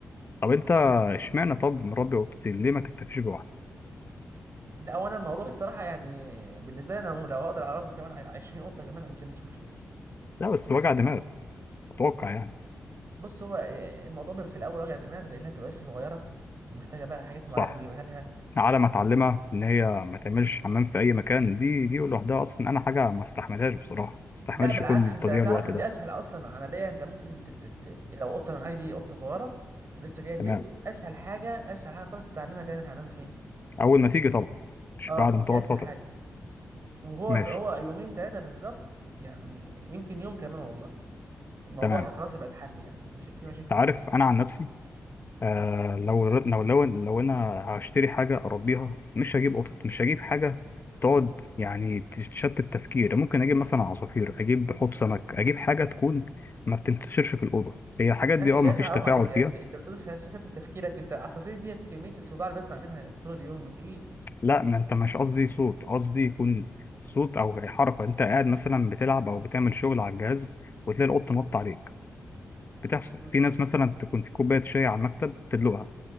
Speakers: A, on the left; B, on the right.
A: طب أنت
B: بتعذبني
A: اشمعنى طب مربي قطتين ليه ما تكتفيش بواحدة؟
B: لا وانا الموضوع الصراحه يعني بالنسبه لي انا لو هقدر اربي كمان 20 قطه كمان انا مش عنديش مشكله
A: لا بس وجع دماغ أتوقع يعني
B: بص هو آه، الموضوع بيبقى في الاول وجع دماغ لانها بتبقى لسه صغيره ومحتاجه بقى حاجات معينه
A: صح
B: تجيبها لها
A: على ما اتعلمها ان هي ما تعملش حمام في اي مكان دي دي لوحدها اصلا انا حاجه ما استحملهاش بصراحه ما استحملش
B: لا بالعكس
A: كل
B: انت
A: تضييع
B: تعرف
A: الوقت
B: ان
A: ده
B: دي اسهل اصلا عمليه انت ممكن تت... تت... تت- يعني لو قطه معاك دي قطه صغيره ولسه جايه البيت
A: تمام
B: اسهل حاجه اسهل حاجه خالص تتعلمها تعمل حمام فين
A: اول ما تيجي طبعا مش
B: اه
A: بعد ما
B: دي
A: تقعد
B: اسهل
A: فتره
B: حاجه وهو
A: ماشي
B: في... هو يومين ثلاثه بالظبط يعني يمكن يوم كمان والله الموضوع
A: تمام
B: خلاص هيبقى اتحل يعني مش هيبقى في
A: انت
B: مشاكل منه
A: عارف انا عن نفسي آه لو لو لو لو انا هشتري حاجه اربيها مش هجيب قطط مش هجيب حاجه تقعد يعني تشتت التفكير ممكن اجيب مثلا عصافير اجيب حوض سمك اجيب حاجه تكون ما بتنتشرش في الاوضه هي الحاجات
B: يا
A: دي
B: اخي
A: اه ما
B: يا اخي
A: فيش
B: حرام
A: تفاعل
B: عليك يا
A: فيها
B: اخي انت بتقول مش شتت تفكيرك انت العصافير دي كميه الصداع اللي بيطلع منها طول اليوم كبير
A: لا ما انت مش قصدي صوت قصدي يكون صوت او حركه انت قاعد مثلا بتلعب او بتعمل شغل على الجهاز وتلاقي القط نط عليك بتحصل
B: مم.
A: في ناس مثلا تكون في كوبايه شاي على المكتب تدلقها